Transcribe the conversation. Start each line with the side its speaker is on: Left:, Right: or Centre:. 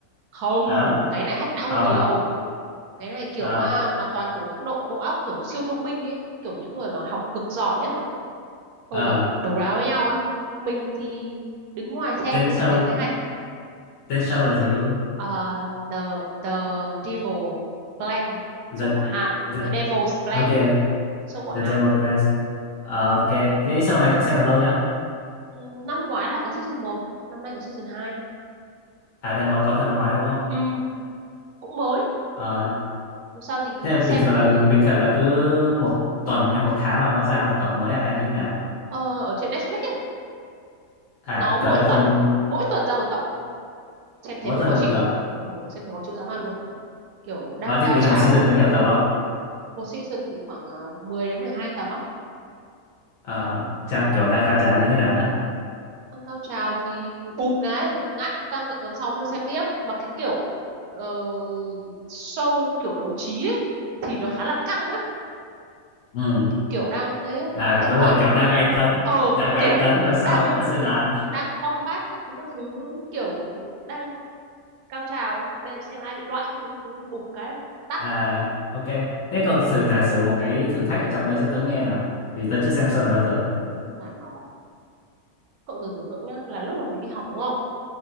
Right: không
Left: Ờ
Right: cái này hack não
Left: không
Right: hơn Ờ, nhiều
Left: à?
Right: cái này kiểu
Left: Ờ
Right: à, mà toàn kiểu những độ bộ óc kiểu siêu thông minh ấy kiểu những người mà học cực giỏi á Xong
Left: ờ
Right: kiểu đấu đá với nhau á mình thì đứng ngoài xem
Left: tên
Right: nên
Left: show
Right: là thấy thế hay
Left: tên show là gì cậu?
Right: Ờ, the the devil plan
Left: The
Right: show của Hàn
Left: the
Right: the devil's plan
Left: ok
Right: show của Hàn
Left: The Devil Plans Ờ, ok cái show này cậu xem được lâu chưa
Right: Ừ, năm ngoái là có season một năm nay có season hai
Left: à thì mới có từ năm ngoái thôi đúng không
Right: ừ, cũng mới
Left: Ờ,
Right: dù sao thì
Left: thế là bình
Right: xem
Left: thường
Right: cũng
Left: là
Right: thấy
Left: bình thường là cứ một tuần hay một tháng là nó ra một tập mới à hay như thế nào
Right: ờ, ở trên Netflix á
Left: à
Right: nó mỗi
Left: tớ lại không
Right: tuần mỗi tuần ra một tập xem thế
Left: mỗi
Right: mới
Left: tuần
Right: khó
Left: ra
Right: chịu
Left: một tập
Right: ừ, xem thế khó chịu dã man luôn kiểu đang
Left: mà
Right: cao
Left: thích bình
Right: trào
Left: thường một season có nhiều tập không
Right: một season thì khoảng à, 10 đến 12 tập á
Left: Ờ, trang
Right: ừ.
Left: kiểu đang cao trào như thế nào nữa
Right: đang cao trào thì bụp cái ngắt tăng tận tuần sau mới được xem tiếp mà cái kiểu ờ, show kiểu đấu trí ấy, thì nó khá là căng á
Left: ừ
Right: kiểu đang cái
Left: à
Right: cái
Left: đúng
Right: đoạn
Left: rồi kiểu đang gay cấn
Right: ờ
Left: đang gay
Right: kiểu
Left: cấn rồi sau
Right: đang
Left: vẽ đất rơi đàn
Right: đang combat các thứ các thứ kiểu đang cao trào để xem ai bị loại các thứ các thứ bụp cái tắt
Left: à ok thế cậu thử giả sử một cái thử thách ở trong đấy cho tớ nghe nào vì tớ chưa xem show này bao giờ ấy
Right: nói chung là nó cậu thử tưởng tượng nhá là lúc mà mình đi học đúng không